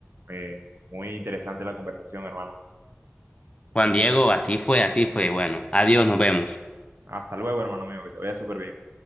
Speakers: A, on the right; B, on the left.
A: Eh, muy interesante la conversación, hermano.
B: Juan Diego, así fue, así fue. Bueno, adiós, nos vemos.
A: Hasta luego, hermano mío, que te vaya súper bien.